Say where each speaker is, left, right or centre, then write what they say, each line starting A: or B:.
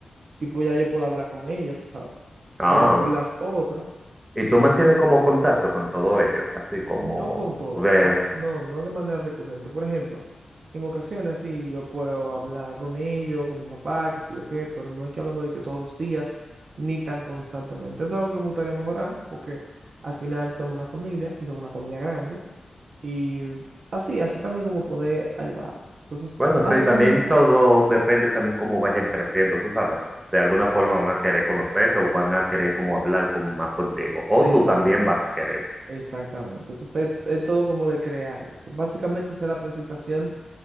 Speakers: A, on the right (about 75°); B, on the right (about 25°).
A: y pues ya yo puedo hablar con ella, tú sabes.
B: Ah,
A: Pero con las otras,
B: y tú
A: eh,
B: mantienes como contacto con todos ellos, así como...
A: no con todo,
B: o de-
A: no, no, no de manera recurrente. Por ejemplo, en ocasiones así yo puedo hablar con ellos, con mi papá, qué sé yo qué, pero no hay que hablemos de que todos los días, ni tan constantemente. Eso es algo que me gustaría mejorar, porque al final somos una familia y somos una familia grande. Y así, así también como poder ayudar. Entonces,
B: Bueno,
A: básicamente,
B: sí, también todo depende también cómo vayan creciendo, tú sabes. De alguna forma van a querer conocerte o van a querer como hablar con, más contigo. O
A: exact,
B: tú también vas a querer.
A: exactamente. Entonces, es todo como de crear eso. Básicamente, esa es la presentación